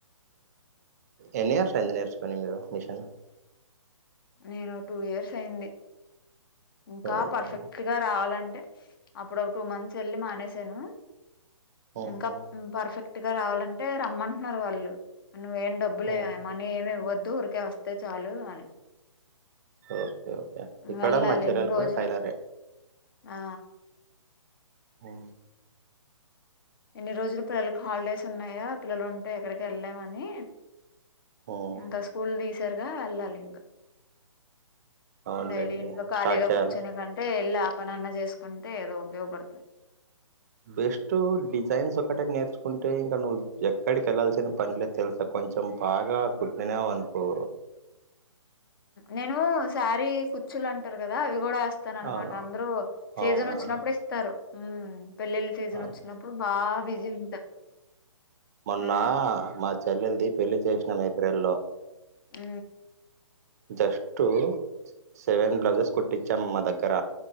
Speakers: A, on the right (about 30°); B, on the left (about 45°).
A: ఎన్ని ఇయర్స్ అయింది నేర్చుకొని మీరు మిషన్
B: నేను టూ ఇయర్స్ అయింది. ఇంకా
A: ఓహో
B: పర్ఫెక్ట్ గా రావాలంటే అప్పుడు ఒక టూ మంత్స్ వెళ్ళి మానేసాను
A: ఉహు
B: ఇంకా పర్ఫెక్ట్ గా రావాలంటే రమ్మంటున్నారు వాళ్ళు నువ్వే ఏం డబ్బులు
A: ఉహు
B: మనీ ఏమి ఇవ్వద్దు ఊరికే వస్తే చాలు అన
A: ఓకే ఓకే ఇక్కడ
B: వెళ్ళాలి
A: మా చెల్లలు
B: ఎన్ని
A: కూడా
B: రోజులు
A: టైలరే
B: ఆ
A: హ
B: ఎన్ని రోజులు పిల్లలకి హాలిడేస్ ఉన్నాయా పిల్లలు ఉంటే ఎక్కడికి వెళ్ళామని
A: ఉమ్
B: ఇంకా స్కూల్ తీసారుగా వెళ్ళాలి ఇంకా
A: అవునులేండి
B: డైలీ ఇంట్లో ఖాళీగా
A: స్టార్ట్ చేయాలా
B: కూర్చని కంటే ఇలా ఆపనన్న చేసుకుంటే ఏదో ఉపయోగపడుతది
A: బెస్ట్ డిజైన్స్ ఒకటి నేర్చుకుంటే ఇంకా నువ్వు ఎక్కడికి వెళ్ళాల్సిన పనిలే తెలుసా కొంచెం బాగా కుట్టినవ అనుకో
B: నేను సారీ కుచులం రు కదా అవి కూడా వేస్తాన అనమాట
A: అవును
B: అందరూ సీజన్
A: అవునవును
B: వచ్చినప్పుడు ఇస్తారు పెళ్లిళ్ళ సీజన్
A: అవును
B: వచ్చినప్పుడు బా బిజీ ఉంటా
A: మన్న
B: ఆ
A: మా చెల్లెది పెళ్లి చేసినాను ఏప్రిల్లో
B: ఉ
A: జస్ట్ సెవెన్ బ్లౌజెస్ కుట్టించాం మా దగ్గర